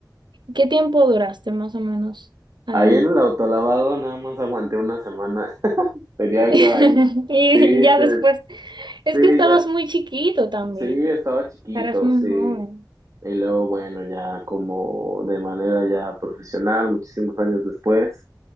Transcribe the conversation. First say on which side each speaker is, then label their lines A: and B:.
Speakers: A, on the right; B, on the right.
A: qué tiempo duraste más o menos ahí?
B: Ahí en el autolavado nada más aguanté una semana. <laughs> Tenía ocho
A: <laughs>
B: años.
A: Y
B: Sí,
A: ya
B: te-
A: después, es
B: sí,
A: que estabas
B: ya,
A: muy chiquito también,
B: sí, estaba chiquito,
A: eras muy
B: sí.
A: joven.
B: Y luego, bueno, ya como de manera ya profesional, muchísimos años después,